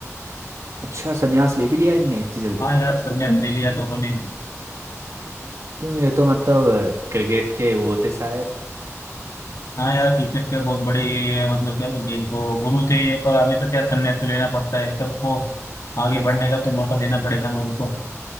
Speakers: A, on the right; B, on the left.
A: अच्छा संन्यास ले भी लिया इनने इतनी जल्दी
B: हाँ यार संन्यास ले लिया दोनों ने
A: क्यों ये तो मतलब क्रिकेट के वो थे शायद
B: हाँ यार क्रिकेट के बहुत बड़े ये मतलब क्या बोलते हैं इनको गुरु थे ये पर आगे तो क्या संन्यास तो लेना पड़ता है सबको आगे बढ़ने का तो मौका देना
A: हाँ
B: पड़ेगा
A: यार
B: ना उनको